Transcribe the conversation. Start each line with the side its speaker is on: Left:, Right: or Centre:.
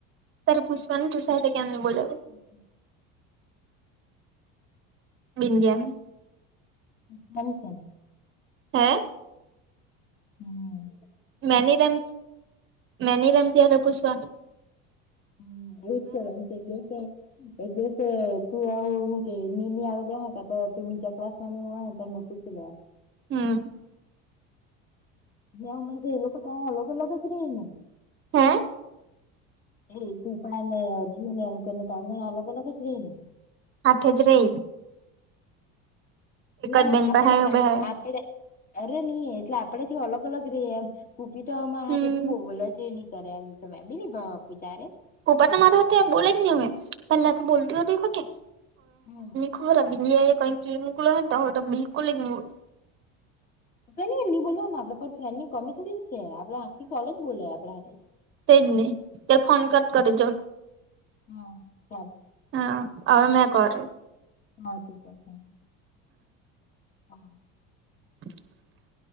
Right: ત્યારે પુષ્વાની તુષા કેમ બોવ.
Left: અચ્છા.
Right: બિન્ડિયા.
Left: સ છે <unintelligible>
Right: હે?
Left: હમ.
Right: મેની રમ, મેની રમથી ભૂસવાનું.
Left: હમ, એ કર દિવસ. એટલે કે તું આવું, હું કે નિમ આવે હો, તું બીજા ક્લાસ ને હો, ત પૂછી લે.
Right: હમ.
Left: નેમ એ લોકો તો અલગ-અલગ જ રહી ને
Right: હા.
Left: એ કુપાને, અજુ ને, અંકને, તણ-જણ, અલગ-અલગ જ લ ને.
Right: આઠ હજાર.
Left: એટલે
Right: જ બેન
Left: આપડે-આપડે.
Right: પર હાયરો બેહે
Left: અરે નહીં, એટલે આપડેથી અલગ-અલગ ર એમ કુપી તોમા હાથે
Right: હમ
Left: બોલ છે ને. કરે, એમ તોમે બી ભાવ પૂજારે.
Right: ઉપ પણર તમા મારા હ, બોલે જ નહી, હવે પહેલા તો બોલતી હો, હોકે હવે.
Left: હમ
Right: ખરાબ બી કઈ કે, એમકલો તો બિલકુલ નથી.
Left: એની બોલ ને, આપડે પર ફ્રેન્ડ ની કમી થોડી છે, આપડે આખી કોલેજ બોલે આપણા હ.
Right: તે જ નહી, ત્યારે ફોન કટ કરે જો.
Left: હમ, ચાલ,
Right: હા હવે મેં
Left: હા,
Right: કર્યું.
Left: મળતું. હા.
Right: <unintelligible>